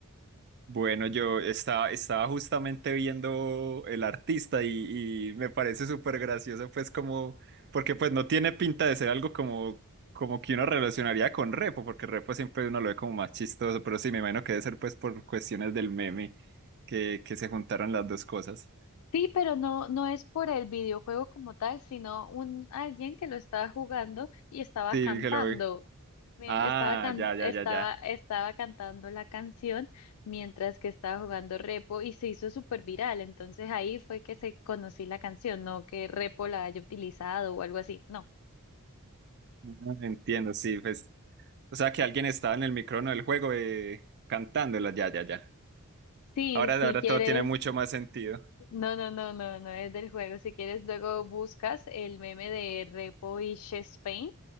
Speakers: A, on the right; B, on the left.
A: Bueno, yo estaba, estaba justamente viendo el artista y, y me parece súper gracioso, pues como, porque pues no tiene pinta de ser algo como, como que uno relacionaría con Repo, porque Repo siempre uno lo ve como más chistoso, pero sí, me imagino que debe ser pues por cuestiones del meme que, que se juntaron las dos cosas.
B: Sí, pero no, no es por el videojuego como tal, sino un alguien que lo estaba jugando y estaba
A: Sí,
B: cantando.
A: que lo vi.
B: Mien-
A: Ah,
B: Estaba, can-
A: ya, ya,
B: estaba,
A: ya, ya.
B: estaba cantando la canción mientras que estaba jugando Repo y se hizo súper viral. Entonces ahí fue que se conocí la canción, no que Repo la haya utilizado o algo así. No.
A: Ah, Entiendo, sí, pues. O sea, que alguien estaba en el micrófono del juego eh, cantándola, ya, ya, ya.
B: Sí,
A: Ahora,
B: si
A: ahora
B: quieres.
A: todo tiene mucho más sentido.
B: No, no, no, no, no es del juego. Si quieres, luego buscas el meme de Repo y Chess Pain